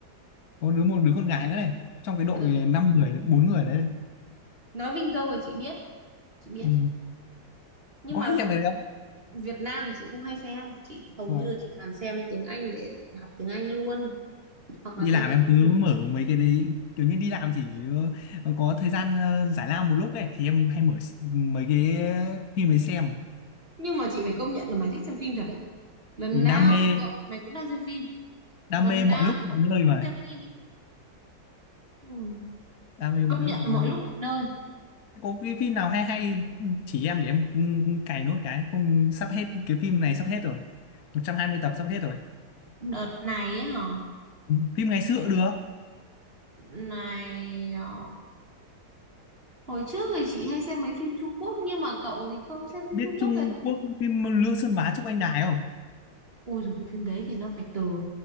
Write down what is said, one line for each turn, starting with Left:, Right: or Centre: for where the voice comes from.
Left: có đứa một đứa con gái nữa này trong cái đội
Right: Ờ,
Left: năm người bốn người đấy này.
Right: nói Vinh Dâu thì chị biết chị biết
Left: Ừ.
Right: nhưng
Left: có
Right: mà
Left: hay xem cái đấy
Right: Việt Nam thì chị không hay xem chị hầu
Left: không
Right: như chị toàn xem tiếng Anh để, để học tiếng Anh luôn hoặc
Left: đi
Right: là xem
Left: làm
Right: tiếng
Left: em cứ mở mấy cái đấy kiểu như đi làm chỉ ờ, ờ, có thời gian ờ, giải lao một lúc đấy thì em hay mở s- mấy cái phim ấy xem
Right: nhưng mà chị phải công nhận là mày thích xem phim thật đấy lần nào
Left: đam mê
Right: chị gọi mày cũng đang xem phim
Left: đam
Right: tuần
Left: mê
Right: nào
Left: mọi lúc
Right: chị cũng
Left: mọi nơi mà
Right: xem phim ừ.
Left: đam mê
Right: công
Left: mọi lúc
Right: nhận
Left: mọi nơi
Right: mọi lúc mọi nơi
Left: Thế có cái phim nào hay hay chỉ em để em ừ, cày nốt cái không sắp hết cái phim này sắp hết rồi 120 tập sắp hết rồi
Right: đợt này ấy hả
Left: Ừ, phim ngày xưa cũng được
Right: này ờ, hồi trước thì chị hay xem mấy phim Trung Quốc nhưng mà cậu thì không xem phim
Left: biết
Right: Trung Quốc
Left: Trung
Right: rồi
Left: Quốc phim Lương Sơn Bá Trúc Anh Đài không
Right: ui rồi cái phim đấy thì nó phải từ